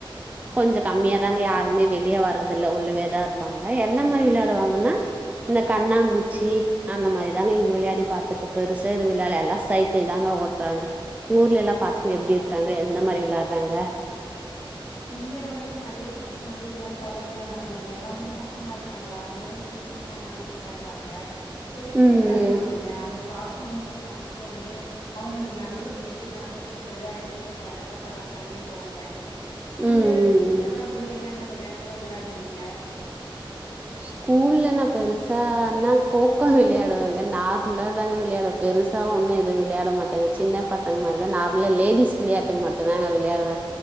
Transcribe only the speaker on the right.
கொஞ்ச கம்மியாதாங்க யாருமே வெளியே வர்றதில்ல உள்ளவேதா இருப்பாங்க என்ன மாரி விளையாடுவாங்கன்னா இந்த கண்ணாம்பூச்சி அந்த மாரிதா இங்க விளையாடி பாத்திருக்க பெருச எது விழாலா இல்ல சைக்கிள் தாங்க ஓட்றாங்க ஊர்லலா பசங்க எப்படி
இருக்காங்க எந்த மாரி விளாட்றாங்க
ம்
ம்
ம் ம்
ம்
ஸ்கூல்ல நா பெருசான்னா கோக்கோ விளையாடுவங்க நார் உள்ளத்தாங்க விளயாட பெருஸ் தா ஒம்மே எது விளையாட மாட்டாங்க சின்ன பசங்க மாரிதா நார்மலா லேடிஸ் விளையாட்டு மட்டுந்தாங்க விளையாடுவே